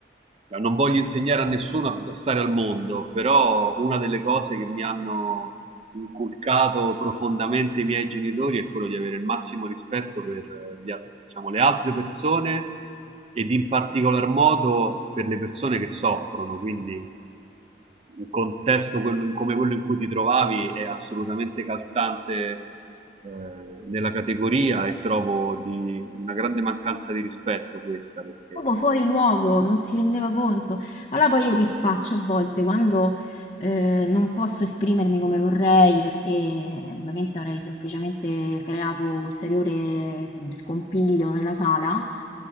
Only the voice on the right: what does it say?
eh, non voglio insegnare a nessuno a stare al mondo, però una delle cose che mi hanno inculcato profondamente i miei genitori è quello di avere il massimo rispetto per eh, gli al- diciamo, le altre persone ed in particolar modo per le persone che soffrono. Quindi contesto quello- come quello in cui ti trovavi è assolutamente calzante eh, nella categoria e trovo di una grande mancanza di rispetto questa perché